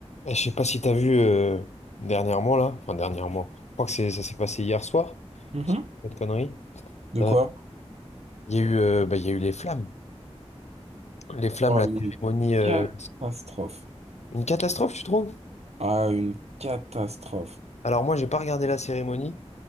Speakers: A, on the left (about 85°); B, on the right (about 70°).
A: Eh, Je sais pas si t'as vu euh, dernièrement là, enfin dernièrement, je crois que c'est, ça s'est passé hier soir,
B: Mhm.
A: si je dis pas de conneries.
B: De
A: Euh,
B: quoi?
A: Il y a eu, euh, bah, il y a eu les flammes, les flammes,
B: Oh,
A: la
B: une
A: cérémonie, euh,
B: catastrophe.
A: une catastrophe, tu trouves?
B: Ah, une catastrophe.
A: Alors moi, j'ai pas regardé la cérémonie,